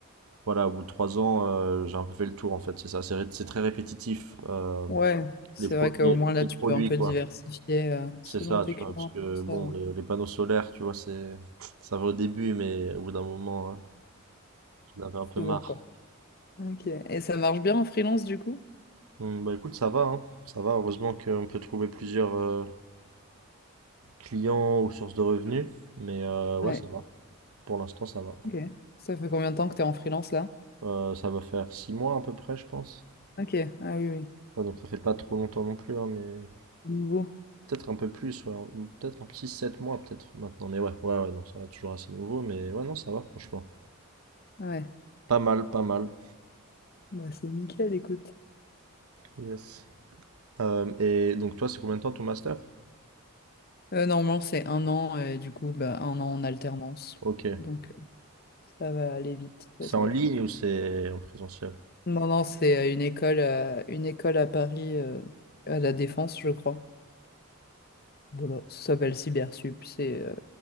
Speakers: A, on the right (about 75°); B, on the left (about 45°).
A: voilà, au bout de trois ans, euh, j'ai un peu fait le tour en fait, c'est ça. C'est ré- c'est très répétitif, euh,
B: Ouais, c'est
A: les, pro-
B: vrai qu'au
A: les,
B: moins là,
A: les
B: tu
A: produits
B: peux un peu
A: quoi.
B: diversifier euh,
A: C'est
B: selon
A: ça,
B: tes
A: tu
B: clients.
A: vois, parce que
B: Ça,
A: bon, les, les panneaux solaires, tu vois, c'est ça va au début, mais au bout d'un moment, hein, j'en avais un peu
B: c'est
A: marre.
B: bon, quoi. Ok. Et ça marche bien en freelance du coup?
A: Hum, bah écoute, ça va, hein. Ça va, heureusement qu'on peut trouver plusieurs euh, clients ou sources de revenus, mais euh, ouais,
B: Ouais.
A: ça va. Pour l'instant, ça va.
B: Ok. Ça fait combien de temps que tu es en freelance là?
A: Euh, ça va faire six mois à peu près, je pense.
B: Ok. Ah oui, oui.
A: Ouais, donc ça fait pas trop longtemps non plus, hein, mais
B: Nouveau.
A: peut-être un peu plus, ouais, ou peut-être un petit 7 mois peut-être maintenant, mais ouais, ouais, ouais, donc ça va toujours assez nouveau, mais ouais, non, ça va franchement.
B: Ouais.
A: Pas mal, pas mal.
B: Bah, c'est nickel, écoute.
A: Yes. Euh, et donc toi, c'est combien de temps ton master?
B: Euh, normalement, c'est un an et du coup, bah, un an en alternance.
A: Ok. Et
B: Donc, euh, ça va aller vite, j'espère.
A: C'est en ligne ou c'est en présentiel?
B: Non, non, c'est euh, une école, euh, une école à Paris, euh, à la Défense, je crois. Voilà, ça s'appelle Cybersup. C'est euh,